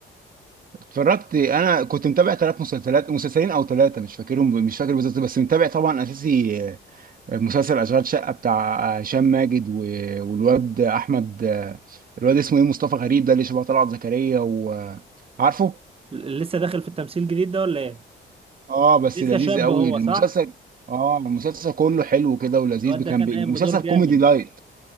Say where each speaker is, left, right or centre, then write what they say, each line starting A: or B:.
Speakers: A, on the right; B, on the right.
A: اتفرجت انا كنت متابع ثلاث مسلسلات مسلسلين او ثلاثه مش فاكرهم مش فاكر بالظبط بس متابع طبعا اساسي آه، مسلسل اشغال شقه بتاع آه، هشام ماجد و- والواد احمد آه، الواد اسمه ايه مصطفى غريب ده اللي شبه طلعت زكريا وعارفه
B: ل- لسه داخل في التمثيل الجديد ده ولا ايه
A: اه بس
B: لسه
A: لذيذ
B: شاب
A: قوي
B: هو
A: المسلسل
B: صح
A: اه المسلسل كله حلو كده ولذيذ
B: الواد ده
A: كان
B: كان
A: بي...
B: قايم
A: مسلسل
B: بدور جامد
A: كوميدي لايت